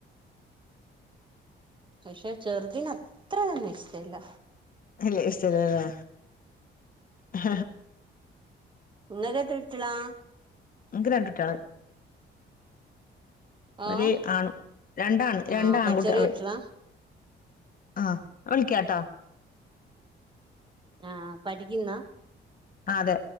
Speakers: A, on the right (about 25°); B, on the left (about 45°).
A: പക്ഷെ ചെറുതീന് അത്രന്നും ഇഷടെയില്ല
B: അല്ല ഇഷ്ടല്ലലേ ആ
A: ഇങ്ങക്കെത്ര കുട്ടിയാളാ
B: ഇക്ക് രണ്ടുട്ടിയാളാ
A: ഓഹ്
B: ഒരു ആണ് രണ്ടാണ്
A: ആഹ്
B: രണ്ട ആൺകുട്ടികള്
A: ചെറിയ കുട്ടികളാ
B: ആഹ വിളിക്കാട്ടോ
A: ആഹ പഠിക്കുന്ന
B: അതെ